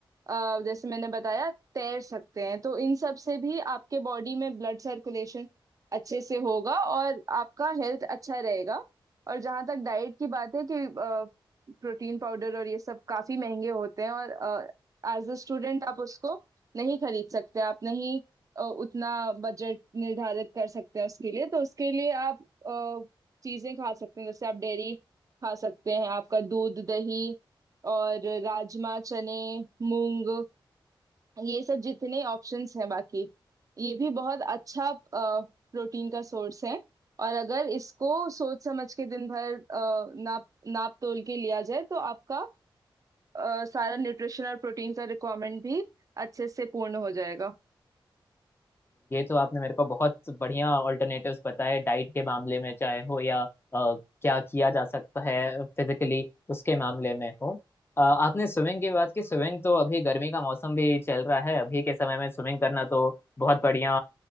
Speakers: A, on the right (about 40°); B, on the left (about 25°).
A: अ, जैसे मैंने बताया तैर सकते हैं तो इन सब से भी आपके बॉडी में ब्लड सर्कुलेशन अच्छे से होगा और आपका हेल्थ अच्छा रहेगा और जहाँ तक डाइट की बात है कि प्रोटीन पाउडर और ये सब काफी महंगे होते हैं और एज अ स्टूडेंट आप उसको नहीं खरीद सकते आप नहीं अ, उतना बजट निर्धारित कर सकते हैं उसके लिए तो उसके लिए आप अ, चीजें खा सकते हैं जैसे आप डेयरी खा सकते हैं आपका दूध दही और राजमा चने मूंग ये सब जितने ऑप्शंस हैं बाकी ये भी बहुत अच्छा प्रोटीन का सोर्स है और अगर इसको सोच समझ के दिन भर अ, नाप नाप तोल के लिया जाए तो आपका अ, सारा न्यूट्रिशन और प्रोटीन का रिक्वायरमेंट भी अच्छे से पूर्ण हो जाएगा
B: ये तो आपने मेरे को बहुत बढ़िया ऑल्टरनेटिव्स बताए डाइट के मामले में चाहे हो या अ, क्या किया जा सकता है फिजिकली उसके मामले में हो अ, आपने स्विमिंग की बात की स्विमिंग तो अभी गर्मी का मौसम भी चल रहा है अभी के समय में स्विमिंग करना तो बहुत बढ़िया